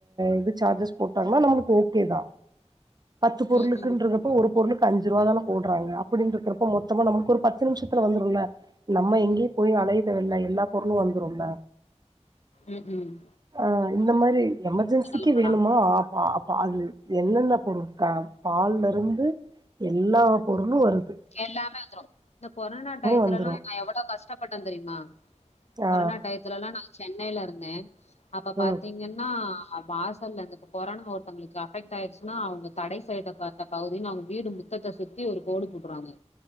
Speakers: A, on the right; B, on the left.
A: இது சார்ஜஸ் போட்டாங்கானா நம்மளுக்கு ஓகே தான் பத்து பொருளுக்குன்றப்போ
B: ம் ம்
A: ஒரு பொருளுக்கு அஞ்சு ரூபா தானே போடுறாங்க அப்டின்றப்ப மொத்தமா நம்மளுக்கு ஒரு பத்து நிமிஷத்துல வந்துரும்ல நம்ம எங்கயும் போய் அலைய வேண்டாம் எல்லா பொருளும் வந் ரொம்ப
B: ம் ம்
A: ஆ இந்த மாரி எமர்ஜென்சிக்கு
B: உண்மைதான்.
A: வேணுமா ஆ அ பாது என்னென்ன பொருட்கள் பால்ல இருந்து எல்லாம் உடனே வரும்
B: எல்லாமே வந்துரும் இந்த கொரோனா டயத்துல
A: வந்துரு
B: எல்லா நா எவ்ளோ கஷ்டப்பட்டேன் தெரியுமா
A: ஆ
B: கொரோனா டத்துல எல்லா நா சென்னையில இருந்தேன் அப்ப
A: ம்
B: பாத்தீங்கன்னா வாசல்ல இருந்து கொரோனா ஒருத்தவங்களுக்கு அஃபெக்ட் ஆயடுச்சுன்னா அவங்க தடை செய்யபட்ட பகுதினு அவுங்க வீடு முத்தத்தை சுத்தி ஒரு கோடு போட்டுருவாங்க